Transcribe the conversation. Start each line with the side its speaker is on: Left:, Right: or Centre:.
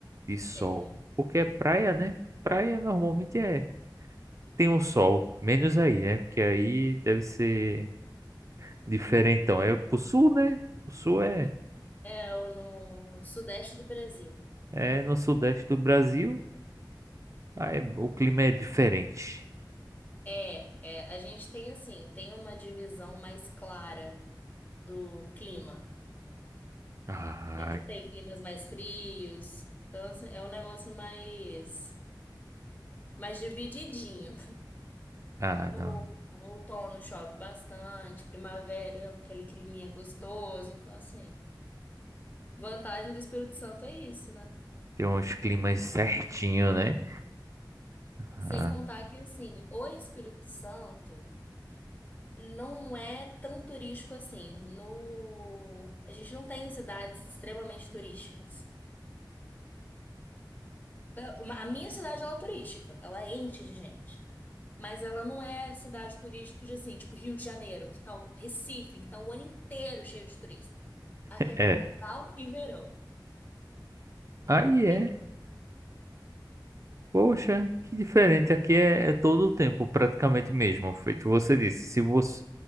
Right: de sol.
Left: É,
Right: Porque é praia, né? Praia normalmente é tem um sol, menos aí, né? Porque aí deve ser diferentão. É pro sul, né? O sul é,
Left: é o no sudeste do Brasil.
Right: é no sudeste do Brasil, aí o clima é diferente.
Left: É, é, a gente tem assim, tem uma divisão mais clara do clima.
Right: Ah,
Left: A gente tem climas mais frios. Então, assim, é um negócio mais, mais divididinho.
Right: ah,
Left: No,
Right: não.
Left: outono chove bastante, primavera é aquele climinha gostoso. Então, assim, vantagem do Espírito Santo é isso, né?
Right: Tem uns climas certinho, né? Ah,
Left: Sem contar que, assim, o Espírito Santo não é tão turístico assim. No... A gente não tem cidades extremamente turísticas. Eu- A minha cidade, ela é turística, ela é enche de gente. Mas ela não é cidade turística, de, assim, tipo Rio de Janeiro, que tá o Recife, que tá o ano inteiro cheio de turista. Aqui é
Right: é.
Left: carnaval e verão. Acabou.
Right: Aí é.
Left: Eu,
Right: Poxa, que diferente. Aqui é, é todo o tempo, praticamente mesmo. Feito você disse. Se você,